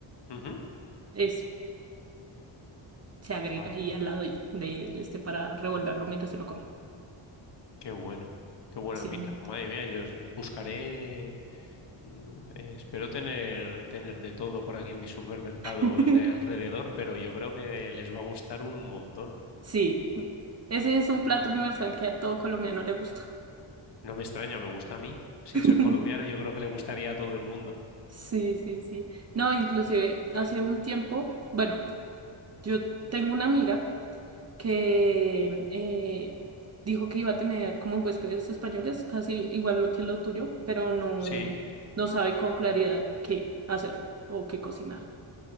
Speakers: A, on the left (about 55°); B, on the right (about 30°).
A: Ujú.
B: es, se agrega
A: Vale,
B: ahí al lado de, de este para revolverlo mientras uno come.
A: qué bueno. Qué buena
B: Sí.
A: pinta. Madre mía, yo buscaré Mm, eh, espero tener, tener de todo por aquí en mis supermercados
B: <laughs>
A: de alrededor, pero yo creo que les va a gustar un montón,
B: Sí, ese es un
A: un
B: plato
A: montón.
B: universal que a todo colombiano le gusta.
A: No me extraña, me gusta a mí. Sin
B: <laughs>
A: ser colombiano, yo creo que le gustaría a todo el mundo.
B: Sí, sí, sí. No, inclusive
A: creo.
B: hace un tiempo, bueno, yo tengo una amiga que eh, dijo que iba a tener como huéspedes españoles, casi igual lo que lo tuyo, pero no,
A: Sí,
B: no sabe con claridad qué hacer o qué cocinar.